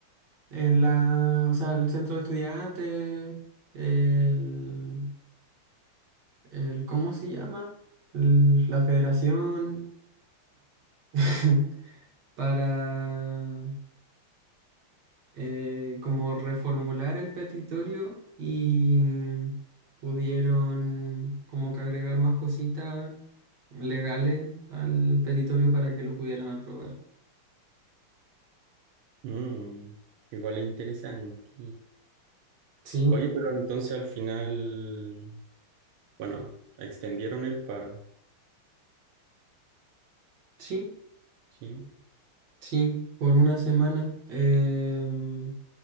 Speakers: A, on the right (about 55°); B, on the right (about 75°).
A: en la, o sea, el centro de estudiantes, el, el ¿cómo se llama? L- La federación, <laughs> para eh, como reformular el petitorio y pudieron como que agregar más cositas legales al petitorio para que lo pudieran aprobar.
B: Mm, igual es interesante.
A: Sí,
B: Oye, pero entonces al final, bueno, extendieron el paro,
A: sí,
B: ¿sí?
A: sí, por una semana. Em,